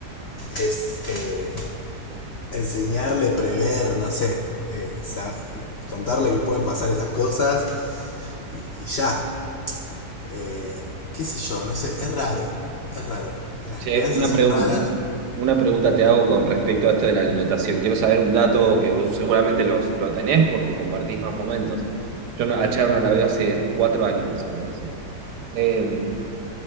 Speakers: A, on the left; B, on the right.
A: es eh, enseñarle, prever, no sé, eh, sa- contarle que pueden pasar esas cosas y, y ya. Eh, qué sé yo, no sé, es raro, es raro. Las
B: Che,
A: crianzas
B: una
A: son
B: pregunta.
A: raras.
B: Una pregunta te hago con respecto a esto de la alimentación. Quiero saber un dato que vos seguramente los, lo tenés porque compartís más momentos. Yo no- a Charo no la veo hace cuatro años más o menos, ¿sí? Eh,